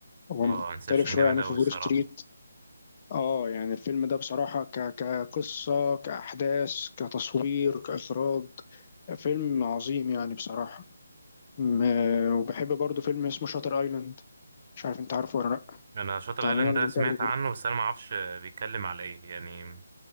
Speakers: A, on the left (about 30°); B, on the right (about 40°).
A: هو
B: اه
A: مختلف
B: انسبشن
A: شوية
B: جامد
A: عن
B: أوي
A: وولف
B: الصراحة
A: ستريت اه يعني الفيلم ده بصراحة ك... كقصة كأحداث كتصوير كإخراج فيلم عظيم يعني بصراحة م- آه، وبحب برضو فيلم اسمه شاتر ايلاند مش عارف انت عارفه ولا لا
B: انا شاطر
A: بتاع
B: ايلاند
A: ليوناردو
B: ده
A: دي
B: سمعت
A: كابريو برضو.
B: عنه بس انا ما اعرفش بيتكلم على ايه يعني